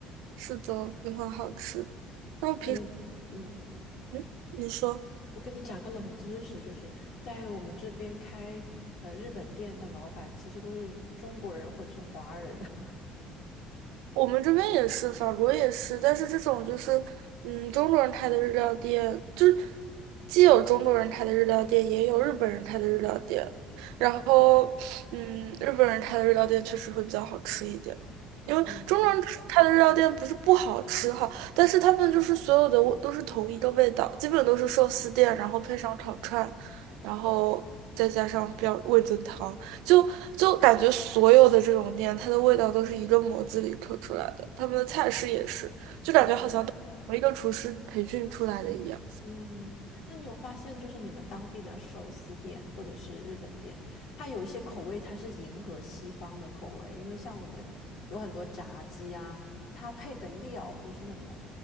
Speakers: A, on the right; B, on the left.
A: 是的，也很好吃。那我平时，
B: 我肯定。嗯。
A: 嗯，你说。
B: 我跟你讲个冷知识，就是在我们这边开呃日本店的老板，其实都是中国人或者是华人。<laughs>
A: 我们这边也是，法国也是，但是这种就是，嗯，中国人开的日料店，就是既有中国人开的日料店，也有日本人开的日料店。然后，嗯，日本人开的日料店确实会比较好吃一点，因为中国人吃开的日料店不是不好吃哈，
B: 嗯，
A: 但是他们就是所有的味都是同一个味道，基本都是寿司店，然后配上烤串，然后再加上标味增汤。就就感觉所有的这种店，它的味道都是一个模子里刻出来的，他们的菜式也是，就感觉好像都是同一个厨师培训出来的一样。
B: 对，嗯，那你有发现，就是你们当地的寿司店或者是日本店，它有一些口味它是迎合西方的口味，因为像我们有很多炸鸡啊，它配的料都是那种